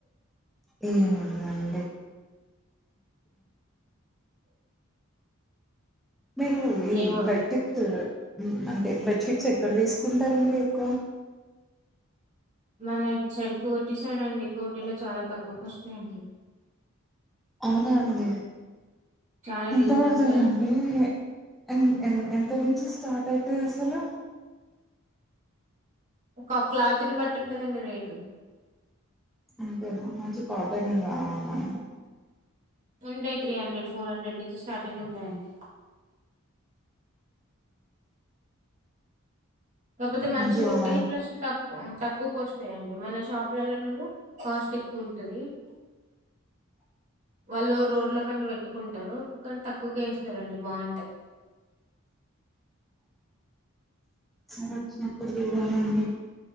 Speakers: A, in the centre; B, on the right (about 35°).
A: ఏముందండి మీరు ఈ
B: ఏమో
A: బడ్టిక్త్ అంటే బెడ్షీట్స్ ఎక్కడ తీసుకుంటారండి ఎక్కువ
B: మన ఇ సైడ్ కోటి సైడ్ అండి కోటీలో చాలా తక్కువకు వస్తున్నాయండి
A: అవునా అండి
B: చాలా
A: ఎంత
B: రీజనల్
A: పడుతుందండి
B: ప్రైజెస్ ఉంటాయి.
A: ఎ ఎంత నుంచి స్టార్ట్ అవుతుది అసలు
B: ఒక క్లాత్ని బట్టి ఉంటదండి రేటు
A: అంతేనా మంచి కాటన్ కావ ఆయ
B: ఉండయి త్రీ హండ్రెడ్ ఫోర్ హండ్రెడ్ నుంచి స్టార్టింగ్ ఉంటాయండి కాకపోతే మంచిగు
A: మంచి
B: ఉంటాయి
A: వన్
B: ప్లస్ తక్క్ ఎక్కువక వస్తాయిండి మన షాప్లలో నువ్వు కాస్ట్ ఎక్కువ ఉంటుది వాళ్ళు రోడ్ల పైన పెట్టుకుంటారు కానీ తక్కువగా వేస్తారండి బాగుంటాయి
A: వురకు దడాల అండి